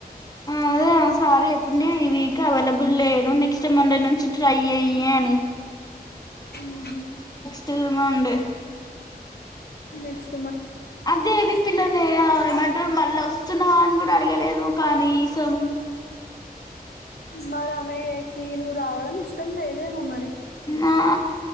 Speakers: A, on the left; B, on the left.
A: అదే సారీ చెప్పిడి ఈ వీక్ అవైలబుల్ లేను నెక్స్ట్ మండే నుంచి ట్రై అయ్యని
B: మ్ హు
A: ఉ మండే
B: నెక్స్
A: అదే అది <unintelligible> మళ్ళోస్తున్నావా అని కూడా అడిగలేదు కనీ సం
B: మరి అమెయేకి నువ్వు రావడం ఇష్టం లేదేమో మరి
A: ఆ